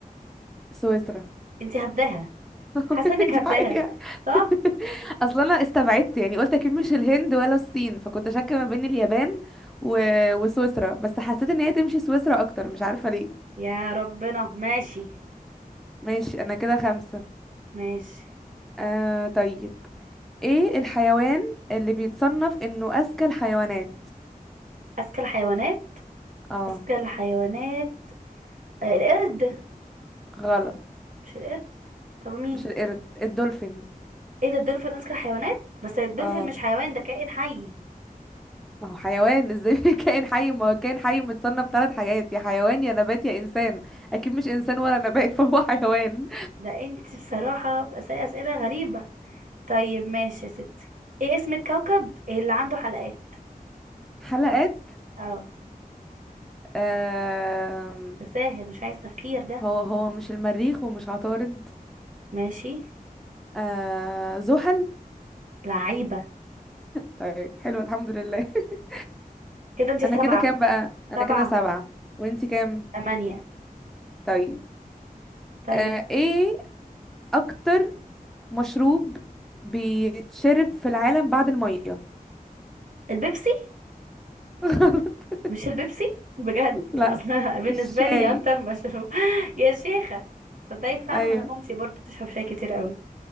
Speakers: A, in the centre; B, on the right.
A: سويسرا
B: انتي هبداها
A: <laughs>
B: حاسه انك
A: دي
B: هبداها
A: حقيقة
B: صح
A: <laughs> اصلا انا استبعدت يعني قلت اكيد مش الهند ولا الصين فكنت شاكة ما بين اليابان و... وسويسرا بس حسيت ان هي تمشي سويسرا اكتر مش عارفة ليه
B: يا ربنا ماشي
A: ماشي انا كده خمسة
B: ماشي
A: آه طيب ايه الحيوان اللي بيتصنف انه اذكى الحيوانات
B: اذكى الحيوانات
A: اه
B: اذكى الحيوانات آه القرد
A: غلط
B: مش القرد طب مين
A: مش القرد الدولفين
B: ايه ده الدولفين اذكى الحيوانات بس الدولفين
A: اه
B: مش حيوان ده كائن حي
A: ما هو حيوان ازاي <laughs> كائن حي ما هو كائن حي متصنف ثلاث حاجات يا حيوان يا نبات يا انسان اكيد مش انسان ولا نبات <laughs> فهو حيوان
B: ده انت بصراحه بتسألي اسئله غريبه طيب ماشي يا ستي ايه اسم الكوكب اللي عنده حلقات
A: حلقات
B: اه
A: آه
B: ده سهل مش عايز تفكير ده
A: هو هو مش المريخ ومش عطارد
B: ماشي
A: آه زحل
B: لعيبه
A: طيب حلو الحمد لله <laughs>
B: كده انت
A: انا
B: سبعه
A: كده كام بقى انا
B: سبعه
A: كده سبعة وانتي كام
B: تمانية
A: طيب
B: طيب
A: آه ايه اكتر مشروب بيتشرب في العالم بعد المية
B: البيبسي
A: <laughs>
B: مش البيبسي بجد
A: لا
B: <laughs> اصلا بالنسبه
A: الشاي
B: لي هي اكتر مشروب <laughs> يا شيخه تصدقي فعلا
A: ايوه
B: انا مامتي برضو بتشرب شاي كتير قوي